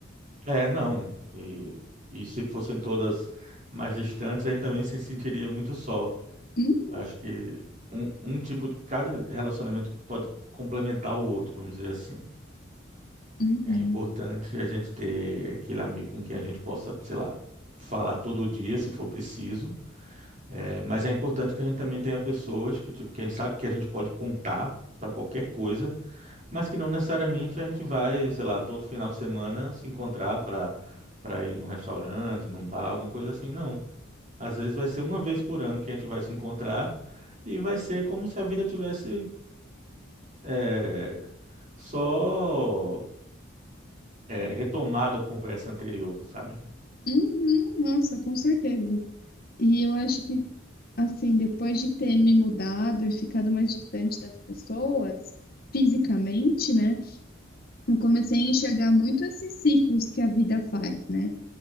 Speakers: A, on the right; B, on the left.
A: é, não. E, e se fossem todas mais distantes, a gente também se sentiria muito só.
B: Hum?
A: Acho que um, um tipo de. Cada relacionamento pode complementar o outro, vamos dizer assim.
B: Uhum.
A: É importante a gente ter aquele amigo com quem a gente possa, sei lá, falar todo dia, se for preciso. É, mas é importante que a gente também tenha pessoas que, tipo, que a gente sabe que a gente pode contar para qualquer coisa, mas que não necessariamente a gente vai, sei lá, todo final de semana se encontrar para para ir num restaurante, num bar, alguma coisa assim. Não. Às vezes vai ser uma vez por ano que a gente vai se encontrar e vai ser como se a vida tivesse, é, só é, retomado a conversa anterior, sabe?
B: Uhum. Nossa, com certeza. E eu acho que, assim, depois de ter me mudado e ficado mais distante das pessoas, fisicamente, né? Eu comecei a enxergar muito esses ciclos que a vida faz, né?